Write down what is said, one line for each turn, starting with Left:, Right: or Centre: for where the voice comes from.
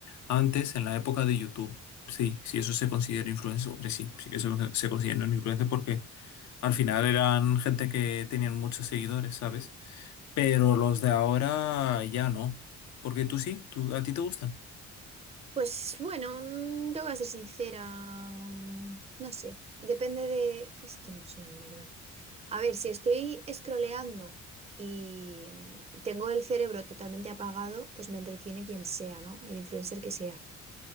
Left: antes en la época de YouTube. Sí, si eso se considera influencer, hombre, sí, sí que se, se considera un porque al final eran gente que tenían muchos seguidores, ¿sabes? Pero los de ahora ya no. Porque tú sí, tú, ¿a ti te gustan?
Right: Pues bueno, mm, te voy ser sincera, mm, no sé, depende de... Es que no sé, en verdad. A ver, si estoy scrolleando y mm, tengo el cerebro totalmente apagado, pues me entretiene quien sea, ¿no? El influencer que sea.